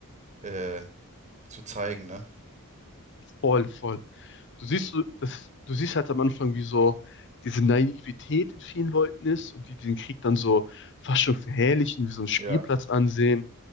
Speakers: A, on the right (about 30°); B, on the left (about 55°).
A: äh, zu zeigen, ne?
B: Voll, voll. Du siehst so, das, du siehst halt am Anfang, wie so diese Naivität in vielen Leuten ist und die den Krieg dann so fast schon verherrlichen, wie so einen Spielplatz
A: Ja.
B: ansehen.